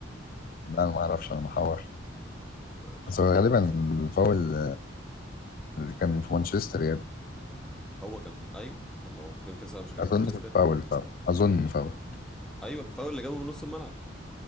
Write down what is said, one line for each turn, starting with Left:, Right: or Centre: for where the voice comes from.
Left: لا ما اعرفش انا محور
Centre: ماشي
Left: بس هو غالبا الفاول اللي كان في مانشستر يعني
Centre: هو كان ايوه طب ما هو في 2009 مش كان
Left: اظن
Centre: في مانشستر
Left: كان فاول فاول اظن فاول
Centre: ايوه الفاول اللي جابه من نص الملعب